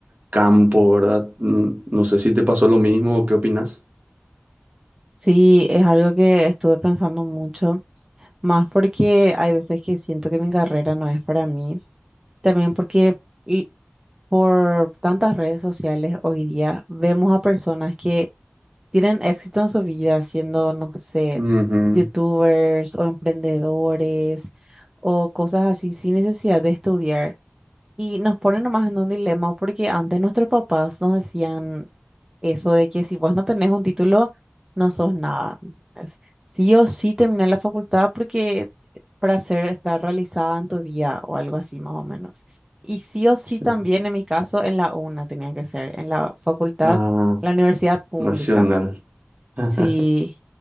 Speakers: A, on the right; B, on the right.
A: campo, ¿verdad? Mm, No sé si te pasó lo mismo o qué opinas.
B: Sí, es algo que estuve pensando mucho, más porque hay veces que siento que mi carrera no es para mí, también porque y por tantas redes sociales hoy día vemos a personas que tienen éxito en su vida siendo, no sé,
A: Ujú,
B: youtubers o emprendedores o cosas así sin necesidad de estudiar. Y nos ponen nomás en un dilema porque antes nuestros papás nos decían... eso de que si vos no tenés un título, no sos nada. Es sí o sí terminar la facultad porque para ser, estar realizada en tu vida o algo así más o menos. Y sí o sí
A: sí.
B: también en mi caso en la UNA tenía que ser, en la facultad,
A: Ah,
B: la universidad pública.
A: nacional. <laughs>
B: Sí.